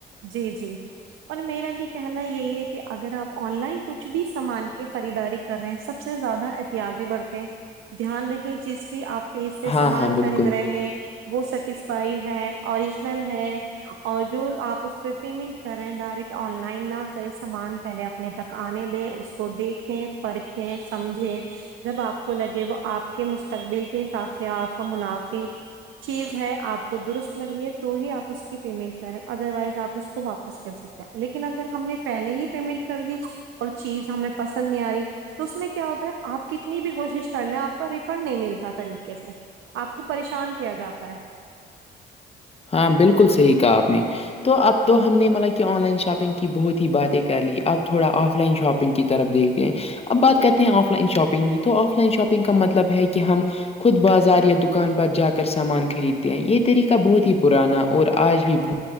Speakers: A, on the right (about 85°); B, on the left (about 30°).
A: جی جی اور میرا بھی کہنا یہی ہے کہ اگر آپ آن لائن کچھ بھی سامان کی خریداری کر رہے ہیں سب سے زیادہ احتیازی بڑھتے ہیں دھیان رکھیں جیز بھی آپ پیچ سے سامان
B: ہاں ہاں بالکل
A: خرید رہے ہیں وہ سیٹیسفائیڈ ہے اوریجنل ہے اور جو آپ اس پہ پیمنٹ کریں ڈائریکٹ آن لائن نہ کرے سامان پہلے اپنے تک آنے دیں اس کو دیکھیں فرکھیں سمجھیں جب آپ کو لگے وہ آپ کے مستقبل کے حساب سے آپ کا منافی چیز ہے آپ کو درست لگ رہی ہے تو ہی آپ اس کی پیمنٹ کریں ادروائز آپ اس کو واپس کر سکتے ہیں لیکن اگر ہم نے پہلے ہی پیمنٹ کر دی اور چیز ہمیں پسند نہیں آ رہی تو اس میں کیا ہوتا ہے آپ کتنی بھی کوشش کر لیں آپ کا ریفنڈ نہیں ملتا طریقے سے آپ کو پریشان کیا جاتا ہے
B: ہاں بالکل صحیح کہا آپ نے تو اب
A: ہاں
B: تو ہم نے مل کیا کہ آن لائن شاپنگ کی بہت ہی باتیں کر لییں اب تھوڑا آف لائن شاپنگ کی طرف دیکھتے ہیں اب بات کرتے ہیں آف لائن شاپنگ کی تو آف لائن شاپنگ کا مطلب ہے کہ ہم خود بازار یا دکان پر جا کر سامان خریدتے ہیں یہ طریقہ بہت ہی پرانا اور آج بھی بھول